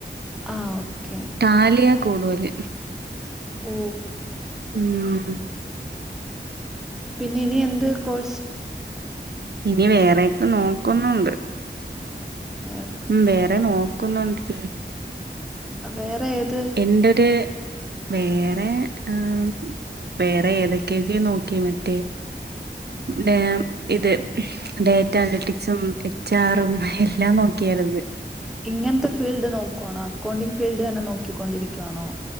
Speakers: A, in the centre; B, on the right.
A: ആ ഓക്കെ.
B: ട്ടാലിയാ കൂടുവല്.
A: ഓ.
B: ഉംഹ്.
A: പിന്നെ ഇനി എന്ത് കോഴ്സ്.
B: ഇനി വേറൊക്കെ നോക്കുന്നുണ്ട്.
A: വേറെ.
B: ഉംഹ്‌ വേറെ നോക്കുന്നുണ്ടെ ടീ.
A: വേറെ ഏത്?
B: ന്റൊരു വേറെ ആം വേറെ ഏതൊക്കൊക്കെ നോക്കി മറ്റേ. ടേമ് ഇത്. ഡേറ്റ അനലറ്റിക്സും എച്ച് ആറും എല്ലാം നോക്കിയാര്ന്ന്.
A: ഇങ്ങനത്തെ ഫീൽഡ് നോക്കുവാണോ അക്കൗണ്ടിങ്ങ് ഫീൽഡ് തന്നെ നോക്കിക്കൊണ്ടിരിക്കുവാണോ?